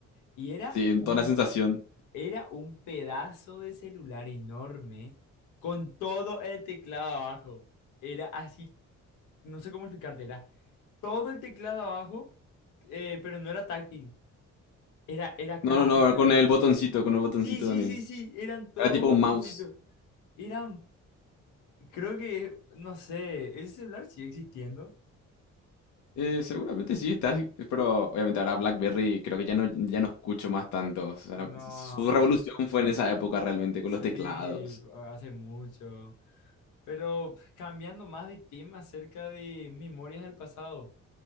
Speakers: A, on the left; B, on the left.
A: Y era
B: Sí,
A: un,
B: toda una sensación.
A: era un pedazo de celular enorme con todo el teclado abajo. Era así, no sé cómo explicarte, era todo el teclado abajo, eh, pero no era táctil, era, era
B: No,
A: cada
B: no, no,
A: tecla.
B: con el botoncito, con el botoncito
A: Sí, sí,
B: también.
A: sí, sí, eran todos
B: Era tipo
A: botoncitos.
B: un mouse.
A: Eran, creo que, no sé, ese celular sigue existiendo.
B: Eh, seguramente sí estás, pero obviamente ahora BlackBerry creo que ya no, ya no escucho más tanto. o sea,
A: No,
B: su revolución fue en esa época realmente con
A: sí,
B: los teclados.
A: hace mucho. Pero cambiando más de tema acerca de memorias del pasado.